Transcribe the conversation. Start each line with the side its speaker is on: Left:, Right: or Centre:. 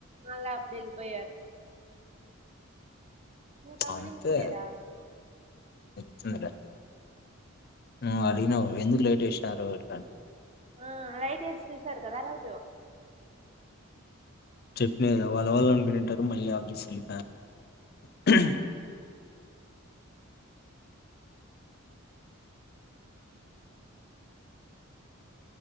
Right: మళ్ళా అప్పుడు వెళ్ళిపోయారు నువ్వు గమనించలేదా
Left: అంతే <unintelligible> మ్ అడిగినావ్ ఎందుకు లేట్ చేసినారు ఎట్లా
Right: ఆ లైటెస్ చూసారు కదా రోజ్
Left: చెప్పిన కదా వాళ్ళ వాళ్ళు అనుకుంటారు మళ్ళీ ఎవరి <unintelligible> కానీ